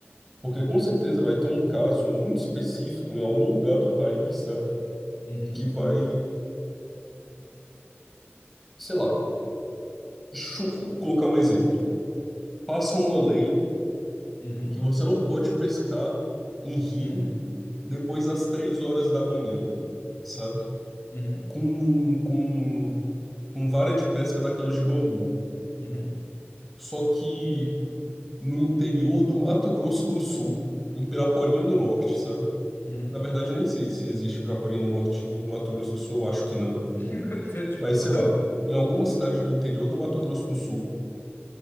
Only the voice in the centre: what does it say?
Porque com certeza vai ter um caso muito específico em algum lugar do país, sabe?
Que vai, sei lá, chu- colocar um exemplo. Passa uma lei
que você não pode pescar em rio
depois das três horas da manhã, sabe?
Com, com, com vara de pesca daquelas de bambu.
Só que no interior do Mato Grosso do Sul, em Piraporinha do Norte, sabe?
Na verdade, eu nem sei se existe Piraporinha do Norte em Mato Grosso do Sul, eu acho que não.
Mas
sei lá, em alguma cidade do interior do Mato Grosso do Sul,